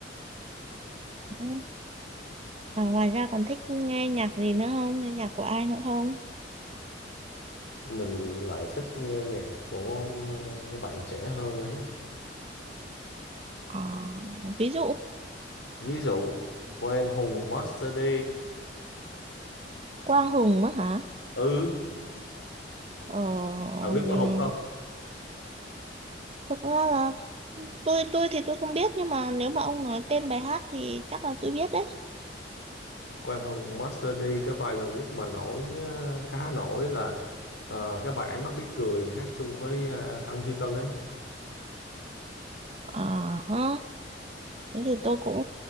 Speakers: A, on the right; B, on the left.
A: Ừ. Và ngoài ra còn thích nghe nhạc gì nữa không nghe nhạc của ai nữa không
B: mình lại thích nghe nhạc của ờ, các bạn trẻ hơn ấy
A: Ờ, ví dụ
B: ví dụ Quang Hùng Master D
A: Quang Hùng á hả
B: ừ
A: ờ,
B: bạn biết Quang
A: ừ.
B: Hùng không
A: Thực ra là tôi tôi thì tôi không biết nhưng mà nếu mà ông nói tên bài hát thì chắc là tôi biết đấy.
B: Quang Hùng Master D cái bài gần nhất mà nổi ờ, khá nổi là ờ, cái bài Ánh mắt biết cười hát chung với ờ, Tăng Duy Tân ấy
A: À ha, thế thì tôi cũng